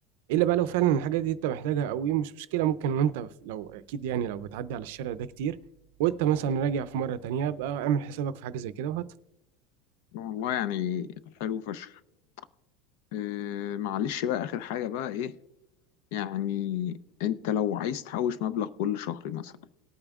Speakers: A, on the right; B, on the left.
A: الا بقى لو فعلا الحاجه دي انت محتاجها قوي مش مشكله ممكن وانت في- لو اكيد يعني لو بتعدي على الشارع ده كتير وانت مثلا راجع في مره تانية بقى اعمل حسابك في حاجه زي كده وهات
B: والله يعني حلو فشخ إيه معلش بقى آخر حاجة بقى إيه يعني أنت لو عايز تحوش مبلغ كل شهر مثلا